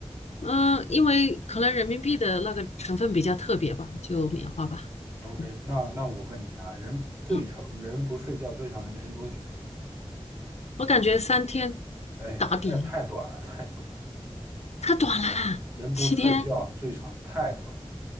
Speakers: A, on the left; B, on the right.
A: 嗯，因为可能人民币的那个成分比较特别吧，就棉花吧，
B: OK，
A: 嗯
B: 那那我问你啊，人最长人不睡觉最长能撑多久？
A: 嗯。我感觉三天
B: 哎，
A: 打底
B: 太太短了，太短了。
A: 太短了，
B: 人不睡觉最长太短了，
A: 七天